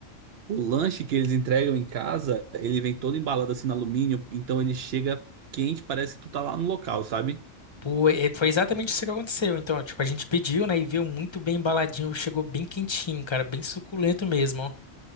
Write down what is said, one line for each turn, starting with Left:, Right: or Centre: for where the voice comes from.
Right: O lanche que eles entregam em casa, ele vem todo embalado assim no alumínio, então ele chega quente, parece que tu tá lá no local, sabe?
Left: Pô, e foi exatamente isso que aconteceu. Então, tipo, a gente pediu, né, e veio muito bem embaladinho, chegou bem quentinho, cara, bem suculento mesmo.